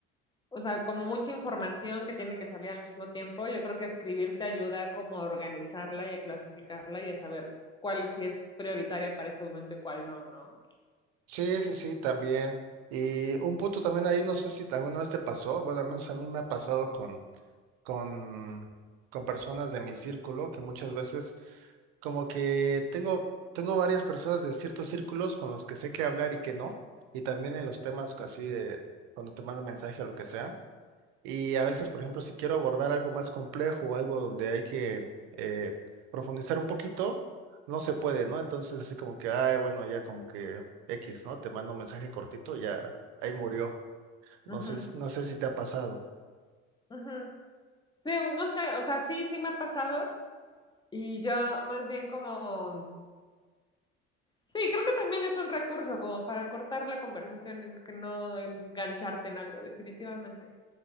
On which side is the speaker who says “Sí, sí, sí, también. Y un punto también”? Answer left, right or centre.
Right